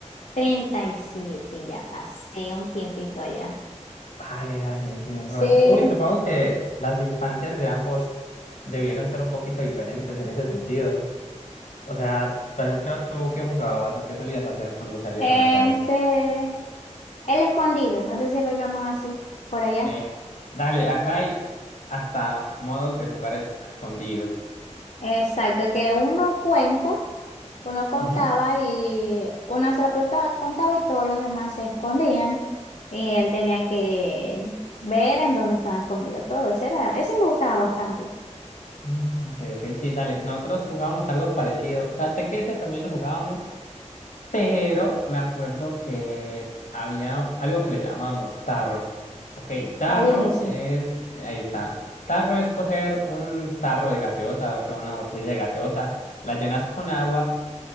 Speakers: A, on the left; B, on the left.
A: Treinta y siete ya pasé un tiempito allá.
B: Dale, dale, sí, enrólate.
A: Sí.
B: Uy, supongo que las infancias de ambos debieron ser un poquito diferentes en ese sentido. O sea, por ejemplo, ¿tú qué jugabas o qué solías hacer cuando salías
A: Este,
B: a la calle?
A: el escondido, no sé si lo llaman así por allá.
B: Eh, dale, acá hay hasta modos de jugar es- a escondido.
A: Exacto, que uno cuenta, uno contaba
B: Ujú.
A: y una sola persona contaba y todos los demás se escondían y él tenía que ver en dónde estaba escondido todo. Ese era, ese me gustaba bastante.
B: Mm, ok, ok, sí, dale. Nosotros jugábamos algo parecido. O sea, sé que ese también lo jugábamos, Pero me acuerdo que había algo que le llamábamos tarro. Ok, tarro
A: ¿Cuál es ese?
B: es, ahí está. Tarro es coger un tarro de gaseosa, o sea, una botella de gaseosa, la llenas con agua.